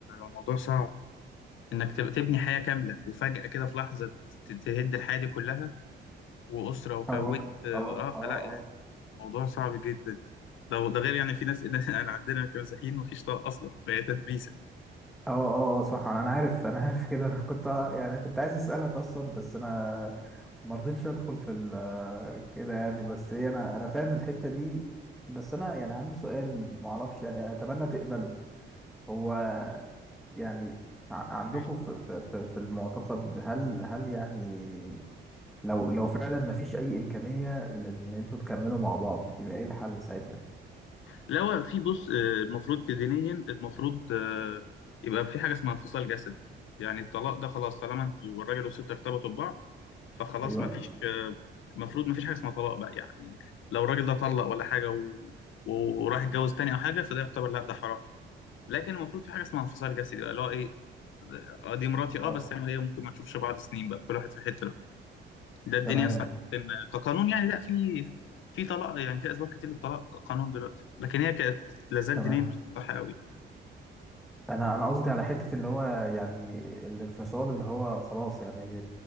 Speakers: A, on the left (about 80°); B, in the centre.
A: موضوع صعب انك تب- تبني حياه كامله وفجاه كده في لحظه ت- تهد الحياه دي كلها وأسرة وكونت
B: اه
A: اه
B: اه
A: آه، فلا
B: اه
A: يعني موضوع صعب جدا ده ده غير يعني في ناس <laughs> انا عندنا كمسيحيين مفيش طلاق اصلا فهي تدبيسه
B: اه اه اه صح انا أنا عارف انا عارف كده انا كنت يعني كنت عايز اسالك اصلا بس انا ما رضيتش ادخل في ال- كده يعني بس ايه انا انا فاهم الحتة دي بس انا يعني عندي سؤال ما اعرفش يعني اتمنى تقبله هو يعني ع- عندكم
A: مم.
B: في في في في المعتقد هل هل يعني لو لو فعلا ما فيش اي امكانية لان انتوا تكملوا مع بعض يبقى ايه الحل ساعتها
A: لا هو في بص آه، المفروض كدينيا المفروض آه، يبقى في حاجه اسمها انفصال جسدي يعني الطلاق ده خلاص طالما انتوا الراجل والست ارتبطوا ببعض فخلاص
B: ايوه
A: مفيش آه، المفروض مفيش حاجه اسمها طلاق بقى يعني لو الراجل ده طلق ولا حاجه و... وراح يتجوز تاني او حاجه فده يعتبر لا ده حرام لكن المفروض في حاجه اسمها انفصال جسدي بقى اللي هو ايه آه، دي مراتي اه
B: اه
A: بس انا ليا ممكن ما نشوفش بعض سنين بقى كل واحد في حته بقى ده الدنيا
B: تمام
A: صح ان كقانون يعني لا في في طلاق يعني في اسباب كتير للطلاق قانون دلوقتي لكن هي كانت لازال
B: تمام
A: دينيا مش صح قوي
B: انا انا قصدي على حتة اللي هو يعني الانفصال اللي هو خلاص يعني